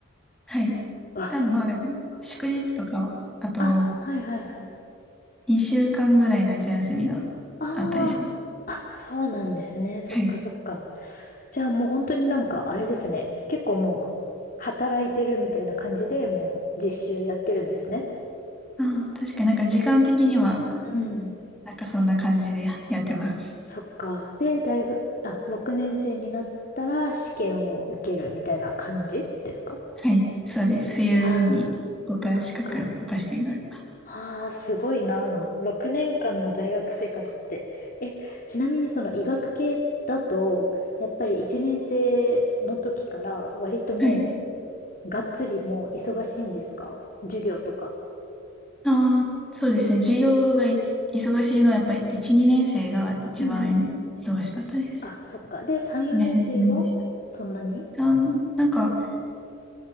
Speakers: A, in the centre; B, on the left.
A: はい。
B: あ、
A: ただまあでも、
B: そう
A: 祝日とか、あと、
B: なんあ、はいはいはい。
A: 2週間ぐらい夏休みが
B: ああ、
A: あったりします。
B: あ、そうなんですね。そっかそっか。
A: はい。
B: じゃあもう本当になんかあれですね。結構もう働いてるみたいな感じでもう実習やってるんですね。
A: ああ、確かになんか時間的には、
B: うん。
A: なんかそんな感じでやってます。
B: そっか。で、大学、あ、6年生になったら試験を受けるみたいな感じですか
A: はい。そうです。冬に国家資格、
B: ああー、そっか。
A: 国家試験があります。
B: ああ、すごいな。6年間の大学生活って。え、ちなみにその医学系だと、やっぱり1年生の時から割とも
A: はい。
B: う、がっつりもう忙しいんですか授業とか。
A: ああ、そうですね。授業がい忙しいのはやっぱり1、2年生が一番忙しかったです。
B: うんうんうん。あ、そっか。で、3、4年生はそんなに
A: ね、一年でした。三なんか、